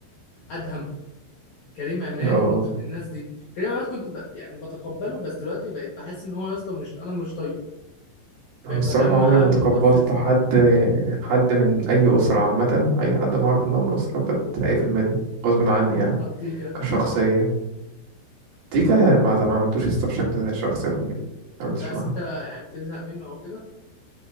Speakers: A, on the left; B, on the right.
A: ادهم كريم عماد
B: اه
A: الناس دي كريم عماد كنت ب... يعني بتقبله بس دلوقتي بقيت بحس ان هو يا اسطى مش انا مش طايقه
B: انا
A: بقيت
B: الصراحه
A: بتعامل معاه
B: عمري ما
A: من
B: تقبلت
A: طرف
B: حد
A: من
B: حد من اي اسره عامه اي حد ما اعرف ان هو من اسره بتقفل منه غصب عني يعني
A: تبتيكه
B: كشخصيه تيكا ما ما عملتوش لسه بشكل شخصي قبل كده ما عملتش
A: بس
B: معاه
A: انت يعني بتزهق منه او كده